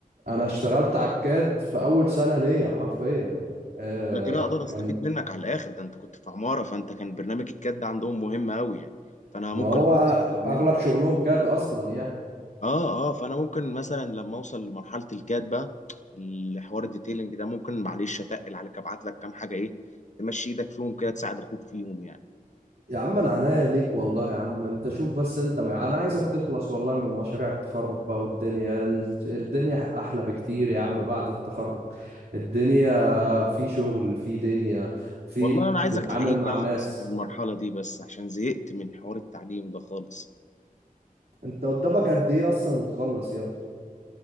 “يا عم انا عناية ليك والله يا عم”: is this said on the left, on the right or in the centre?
Right